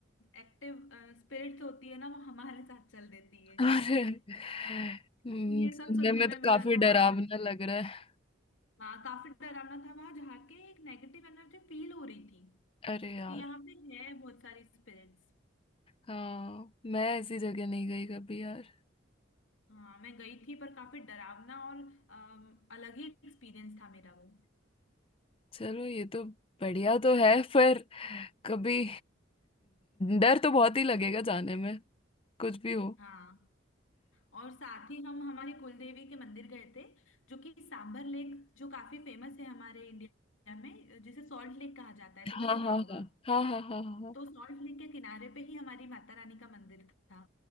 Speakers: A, on the left; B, on the left.
A: एक्टिव स्पिरिट्स होती है ना वो हमारे साथ चल देती है <laughs>
B: अरे हम्म,
A: ये
B: सुनने
A: सब सुनने
B: में
A: में
B: तो
A: मिला
B: काफी
A: था वहां
B: डरावना
A: पे मुझे
B: लग रहा है
A: हाँ काफी डरावना था वहां जाके एक नेगेटिव एनर्जी फील हो रही थी
B: अरे यार
A: कि यहाँ पे है बहुत सारी स्पिरिट्स
B: हाँ मैं ऐसी जगह नहीं गई कभी यार
A: हाँ मैं गई थी पर काफी डरावना और अम, अलग ही एक्सपीरियंस था मेरा वो
B: चलो ये तो बढ़िया तो है पर कभी डर तो बहुत ही लगेगा जाने में कुछ भी हो
A: हाँ और साथ ही हम हमारी कुलदेवी के मंदिर गए थे जो कि सांबर लेक जो काफी फेमस है हमारे इंडिया में जिसे सॉल्ट लेक कहा जाता है तुमने
B: हाँ
A: सुना
B: हाँ
A: होगा
B: हाँ हाँ हाँ हाँ हाँ हाँ।
A: तो सॉल्ट लेक के किनारे पे ही हमारी माता रानी का मंदिर था